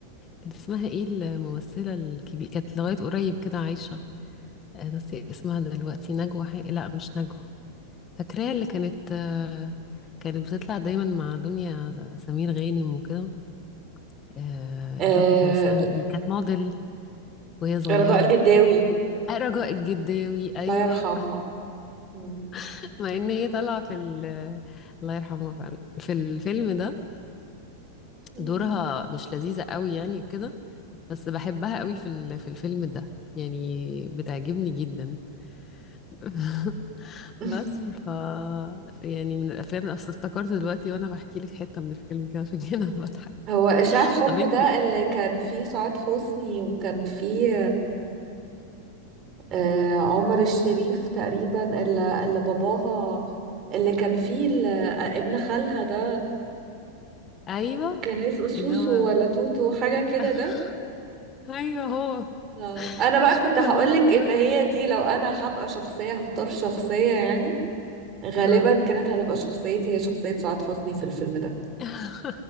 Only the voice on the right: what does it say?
آه...
رجاء الجداوي
الله يرحمها مم.
مم.
<laughs>
هو إشاعة حب
ده اللي كان فيه سعاد حسني وكان فيه آه، عمر الشريف تقريبا اللي, اللي باباها اللي كان فيه ال- ابن خالها ده
كان اسمه سوسو
ولا توتو حاجة كده
ده
آه. انا بقى
كنت هقولك
ان هي دي لو انا هبقى شخصية هختار شخصية يعني غالبا
كانت هتبقى شخصيتي هي شخصية سعاد حسني في الفيلم ده